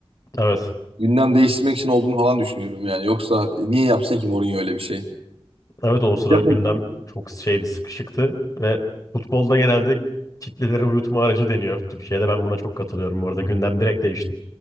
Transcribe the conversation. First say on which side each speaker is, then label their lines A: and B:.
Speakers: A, on the left (about 35°); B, on the right (about 70°).
A: Evet.
B: Gündem değiştirmek için olduğunu falan düşünüyorum yani. Yoksa niye yapsın ki Mourinho öyle bir şey?
A: Evet o sıra
B: yapın.
A: gündem çok şeydi, sıkışıktı ve futbolda genelde kitleleri uyutma aracı deniyor. Türkiye'de ben buna çok katılıyorum bu arada. Gündem direkt değişti.